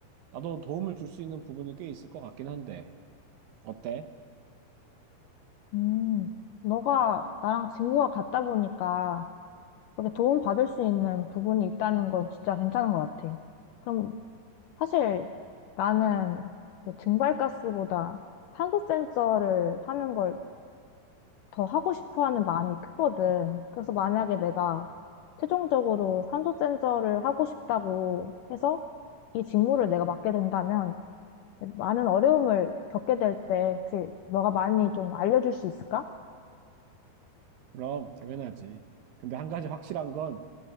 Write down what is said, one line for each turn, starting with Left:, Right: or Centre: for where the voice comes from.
Right: 나도 도움을 줄 수 있는 부분이 꽤 있을 것 같긴 한데 어때?
Left: 음. 너가 나랑 직무가 같다 보니까 그렇게 도움받을 수 있는 부분이 있다는 건 진짜 괜찮은 것 같아. 그럼 사실 나는 그 증발가스보다 탄소 센서를 하는 걸 더 하고 싶어 하는 마음이 크거든. 그래서 만약에 내가 최종적으로 산소 센서를 하고 싶다고 해서 이 직무를 내가 맡게 된다면 많은 어려움을 겪게 될 때 혹시 너가 많이 좀 알려줄 수 있을까?
Right: 그럼 당연하지. 근데 한 가지 확실한 건